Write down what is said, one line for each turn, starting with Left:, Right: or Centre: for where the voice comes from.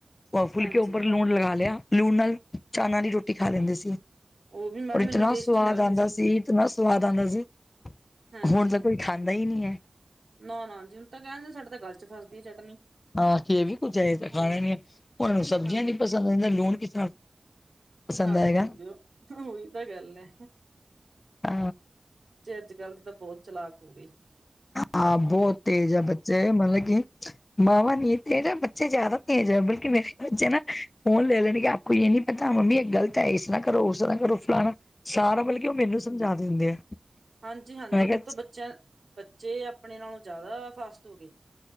Left: ਉਹ ਫੁਲਕੇ
Right: ਹਾਂਜੀ
Left: ਉੱਪਰ ਲੂਣ ਲਗਾ ਲਿਆ ਲੂਣ ਨਾਲ ਚਨਾ ਦੀ ਰੋਟੀ ਖਾ ਲੈਂਦੇ ਸੀ।
Right: ਉਹ ਵੀ ਮੈਡਮ
Left: ਔਰ ਇਤਨਾ
Right: ਇੰਨੀ ਟੇਸਟੀ
Left: ਸਵਾਦ
Right: ਲੱਗਦੀ
Left: ਆਉਂਦਾ ਸੀ ਇਤਨਾ ਸਵਾਦ ਆਉਂਦਾ ਸੀ।
Right: ਹਾਂਜੀ
Left: ਹੁਣ ਤਾਂ ਕੋਈ ਖਾਂਦਾ ਈ ਨੀ ਐ।
Right: ਨਾ ਨਾ ਜੀ ਹੁਣ ਤਾਂ ਕਹਿਣ ਦੇ ਸਾਡੇ ਤਾਂ ਗੱਲ ਚ ਫਸਦੀ ਆ ਚਟਨੀ
Left: ਆ ਕੇ ਇਹ ਵੀ ਕੁੱਝ ਆ ਤਾਂ ਖਾਣਾ
Right: ਹਾਂਜੀ
Left: ਨੀ ਆ ਉਹਣ ਨੂੰ ਸਬਜ਼ੀਆਂ
Right: ਹਾਂ
Left: ਨੀ ਪਸੰਦ ਆਦਾ ਲੂਣ ਕਿਸ ਤਰ੍ਹਾਂ। ਪਸੰਦ
Right: ਹਾਂਜੀ
Left: ਆਏਗਾ
Right: ਓਹੀ ਤਾਂ ਗੱਲ ਐ।
Left: ਆ
Right: ਅੱਜ ਕੱਲ ਦੇ ਤਾਂ ਬਹੁਤ ਚਲਾਕੂਗੀ
Left: ਹਾਂ ਬਹੁਤ ਤੇਜ਼ ਹੈ ਬੱਚੇ ਮਤਲਬ ਕਿ ਮਾਵਾਂ ਨੀ ਤੇਰੇ ਬੱਚੇ ਜ਼ਿਆਦਾ ਤੇਜ ਆ ਬਲਕਿ ਮੇਰੇ ਬੱਚੇ ਨਾ ਫੋਨ ਲੈ ਲੈਣਗੇ ਕੋਈ ਇਹ ਨੀ ਪਤਾ ਮੰਮੀ ਇਹ ਗਲਤ ਹੈ ਇਸਰ੍ਹਾਂ ਕਰੋ ਉਸ ਤਰ੍ਹਾਂ ਕਰੋ ਫਲਾਣਾ ਸਾਰਾ ਮਤਲਬ ਕਿ ਉਹ ਮੈਨੂੰ ਸਮਝਾ ਦਿੰਦੇ ਆ
Right: ਹਾਂਜੀ ਹਾਂਜੀ
Left: ਮੈਂ ਕਿਹਾ
Right: ਹੁਣ ਤਾਂ ਬੱਚਿਆਂ ਬੱਚੇ ਆਪਣੇ ਨਾਲੋਂ ਜ਼ਿਆਦਾ ਫਾਸਟ ਹੋ ਗਏ